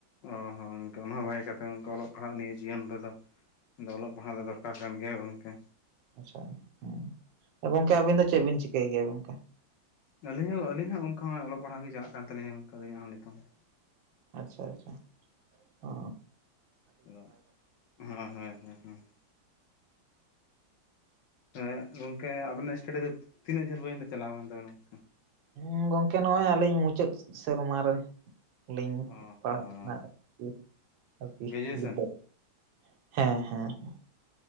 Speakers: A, on the left (about 70°); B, on the right (about 80°).
A: ᱚ- ᱦᱚ ᱤᱱᱟᱹ ᱚᱱᱟᱫᱚ ᱵᱷᱟᱜᱮ ᱠᱟᱛᱷᱟ, ᱚᱞᱚᱜ ᱯᱟᱲᱦᱟᱜ ᱱᱤᱭᱟᱹ ᱡᱤᱭᱚᱱ ᱨᱮᱫᱚᱫᱚ ᱚᱞᱚᱜ ᱯᱟᱲᱦᱟᱜ ᱫᱚ ᱫᱚᱨᱠᱟᱨ ᱠᱟᱱ ᱮ ᱜᱚᱝᱠᱮ?
B: ᱟ-ᱪᱷᱟ ᱢᱩᱸ, ᱮ ᱜᱚᱝᱠᱮ, ᱟᱵᱤᱱ ᱫᱚ ᱪᱮᱫ ᱵᱤᱱ ᱪᱤᱠᱟᱹᱭ ᱜᱮᱭᱟ ᱜᱚᱝᱠᱮ?
A: ᱟᱹᱞᱤᱧ ᱦᱚᱸ ᱟᱹᱞᱤᱧ ᱦᱚᱸ ᱚᱱᱠᱟ ᱦᱚᱸᱜ-ᱚᱸᱭ ᱚᱞᱚᱜ ᱯᱟᱲᱦᱟᱜ ᱜᱮ ᱪᱟᱞᱟᱜ ᱠᱟᱱ ᱛᱟᱹᱞᱤᱧᱟᱹ ᱚᱱᱠᱟ ᱜᱮ ᱡᱟᱦᱟᱸ ᱞᱮᱠᱟ ᱾
B: ᱟᱪᱪᱷᱟ ᱟᱪᱪᱷᱟ ᱚ ᱾
A: ᱦᱮᱹᱞᱳ ᱦᱚ ᱦᱳᱭ ᱦᱳᱭ ᱦᱮᱸ ᱾ ᱮᱸᱜ, ᱜᱚᱝᱠᱮ ᱟᱵᱮᱱᱟᱜ ᱥᱴᱟᱰᱤ ᱫᱚ ᱛᱤᱱᱟᱹᱜ ᱡᱷᱟᱹᱞ ᱯᱚᱡ-ᱡᱚᱱᱛᱚ ᱪᱟᱞᱟᱣ ᱟᱠᱟᱱ ᱛᱟᱵᱮᱱᱟ ᱾
B: ᱚᱸ ᱜᱚᱝᱠᱮ ᱱᱚᱜᱼᱚᱭ ᱟᱹᱞᱤᱧ ᱢᱩᱪᱟᱹᱫ ᱥᱮᱨᱢᱟ ᱨᱮ ᱾ ᱞᱤᱧ
A: ᱚ
B: ᱯᱟᱲᱦᱟᱜ
A: ᱦᱚᱸ
B: ᱠᱟᱱᱟ ᱟᱨᱠᱤ ᱟᱨᱠᱤ
A: ᱜᱨᱮᱡᱩᱭᱮᱥᱚᱱ
B: ᱵᱤᱫᱽᱫᱟᱹ ᱾ <inaudible> ᱦᱮᱸ ᱦᱮᱸ ᱦᱮ ᱾